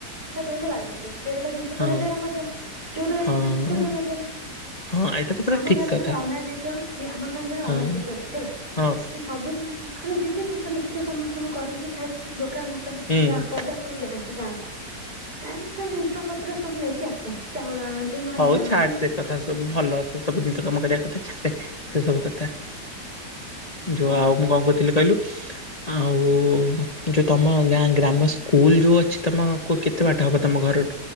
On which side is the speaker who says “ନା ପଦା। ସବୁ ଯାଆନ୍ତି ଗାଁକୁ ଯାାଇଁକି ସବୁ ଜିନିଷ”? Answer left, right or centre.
Right